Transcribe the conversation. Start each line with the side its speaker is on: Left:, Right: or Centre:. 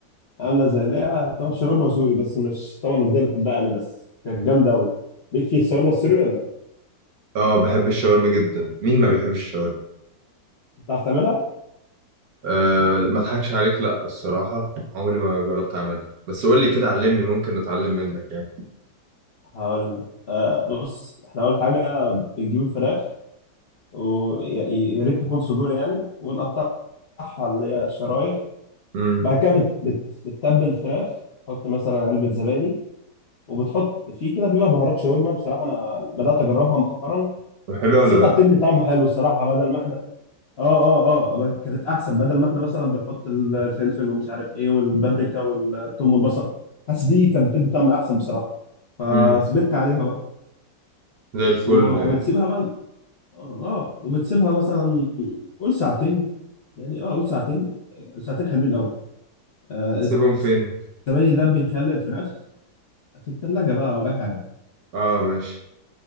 Left: عامله زي اللي هي طبعا شاورما سوري بس مش طبعا مش زي اللي بتتباع يعني بس كانت جامده قوي ليك في الشاورما السوري ولا لأ؟
Right: أه بحب الشاورما جدا مين ما بيحبش الشاورما
Left: بتعرف تعملها؟
Right: أه ما أضحكش عليك لأ الصراحة عمري ما جربت أعملها بس قول لي كده علمني ممكن أتعلم منك يعني
Left: هقول لك آه بص احنا اول حاجه بنجيب الفراخ ويا ريت تكون صدور يعني ونقطعها اللي هي شرايح
Right: امم
Left: بعد كده بت- بت- بتتبل الفراخ تحط مثلا علبه زبادي وبتحط فيه كده بيبقى بهارات شاورما بصراحه انا بدات اجربها مؤخرا
Right: حلو
Left: حسيتها
Right: ولا لأ
Left: بتدي طعم حلو الصراحه بدل ما احنا اه اه اه كانت احسن بدل ما احنا مثلا بنحط الفلفل ومش عارف ايه والبابريكا والثوم والبصل حاسس دي كانت بتدي طعم احسن بصراحه فثبت
Right: امم
Left: عليها بقى
Right: زي الفل
Left: وبتسيبها
Right: آه.
Left: بقى اه وبتسيبها مثلا قول ساعتين يعني اه قول ساعتين ساعتين حلوين قوي آه
Right: سيبهم فين
Left: الزبادي ده بيخلي الفراخ في الثلاجه بقى او اي حاجه
Right: أه ماشي